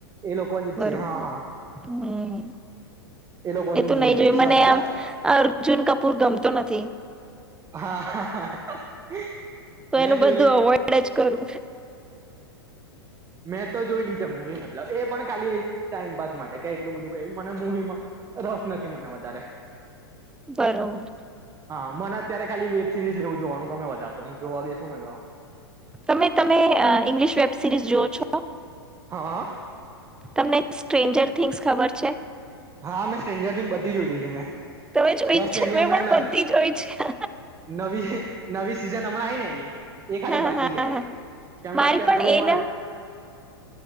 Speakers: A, on the right; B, in the centre.
A: એ લોકોની
B: બરોબર.
A: જ છે હા હા
B: હમ.
A: લોકોની
B: એ તોું
A: મૂવી
B: નહી જોય
A: છે શ્રદ્ધા
B: મને આમ અર્જુન કપૂર ગમતો નથી.
A: હા હા હ.
B: તો
A: મેં
B: એનું
A: જોયલી.
B: બધું અવોઈડ જ કરું.
A: મેં તો જોઈ લીધા. મુવી મતલબ એ પણ ખાલી ટાઈમપાસ માટે ક એટલું બધું કઈ મને મુવીમાં રસ નથી મને વધારે.
B: બરોબર.
A: હા મને અત્યારે ખાલી વેબ સિરીઝ લેવું જોવાનું ગમે વધારે તો. હું જોવા બેશું.
B: તમે તમે ઇંગ્લિશ વેબ સિરીઝ જોવ છો?
A: હા હ.
B: તમને સ્ટ્રેન્જર થિંગ્સ ખબર છે?
A: હા. મેં સ્ટ્રેન્જર થી બધી જોઈલી છે મેં.
B: તમે જોઈ
A: જસ્ટ,
B: છે
A: એની
B: મેં
A: આમ હમણાં
B: પણ
A: હ
B: બધી જોઈ છે
A: ન નવી નવી સિઝન હમણાં આવી ને. <unintelligible> એ ખાલી
B: હા
A: બાકી
B: હા
A: છે,
B: હા
A: કેમ કે
B: મારી
A: અત્યારે
B: પણ
A: થોડું
B: એ
A: મા
B: ને
A: <inaudible>